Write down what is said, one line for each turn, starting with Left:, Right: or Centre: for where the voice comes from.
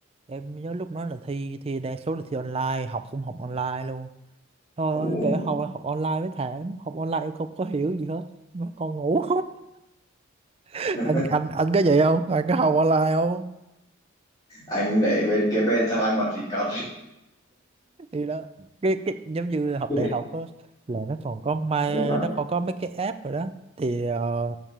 Right: em nhớ lúc đó là thi thi đa số là thi online học cũng học online luôn thôi
Left: ồ,
Right: ơi, kể học học online mới thảm học online em không có hiểu gì hết nó còn ngủ <laughs>
Left: <laughs>
Right: anh anh anh có vậy không anh có học online không
Left: anh để bên kế bên xong anh bật record.
Right: thì đó cái cái giống như học
Left: <laughs>
Right: đại học á là nó còn có mai
Left: Đúng rồi.
Right: nó còn có mấy cái app rồi đó thì ờ,